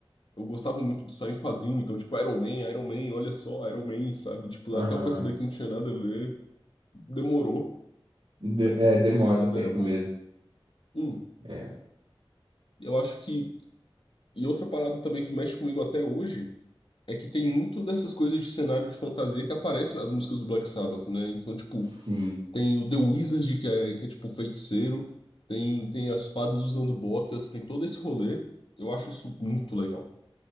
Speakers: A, on the left; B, on the right.
A: Eu gostava muito de história em quadrinho, então, tipo, Iron Man, Iron Man, olha só, Iron Man, sabe? Tipo,
B: Aham.
A: até eu perceber que não tinha nada a ver, demorou,
B: De-
A: mas,
B: é, demora
A: mas
B: um tempo
A: era bom.
B: mesmo.
A: Hum,
B: É.
A: eu acho que. E outra parada também que mexe comigo até hoje é que tem muito dessas coisas de cenário de fantasia que aparecem nas músicas do Black Sabbath, né? Então, tipo,
B: Sim,
A: tem o The Wizard, que é, que é tipo feiticeiro, tem, tem as fadas usando botas, tem todo esse rolê. Eu acho isso muito legal.